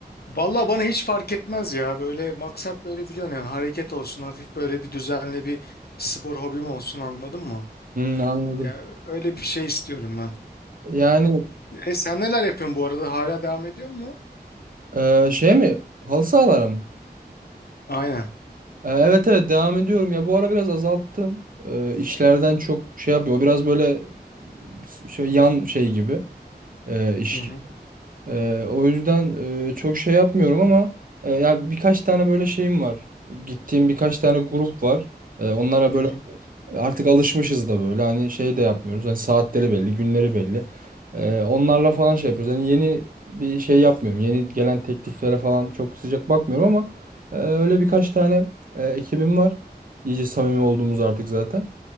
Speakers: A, on the left; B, on the right.
A: Vallahi bana hiç fark etmez ya. Böyle maksat böyle biliyorsun yani hareket olsun. Hafif böyle bir düzenli bir spor hobim olsun anladın mı?
B: Hmm, anladım.
A: Ya öyle bir şey istiyorum ben.
B: Yani
A: E sen neler yapıyorsun bu arada? Hala devam ediyor mu?
B: e, şey mi? Halı sahalara mı?
A: Aynen.
B: E, evet evet devam ediyorum. Ya bu ara biraz azalttım. E, işlerden çok şey yapıyor. O biraz böyle s- şöyle yan şey gibi e, iş
A: Hı hı.
B: gibi. E, o yüzden e, çok şey yapmıyorum ama e, ya birkaç tane böyle şeyim var. Gittiğim birkaç tane grup var. E, onlara
A: Hı
B: böyle
A: hı.
B: Artık alışmışız da böyle hani şey de yapmıyoruz. Hani saatleri belli, günleri belli. Ee, onlarla falan şey yapıyoruz. Hani yeni bir şey yapmıyorum. Yeni gelen tekliflere falan çok sıcak bakmıyorum ama e, öyle birkaç tane e, ekibim var. İyice samimi olduğumuz artık zaten.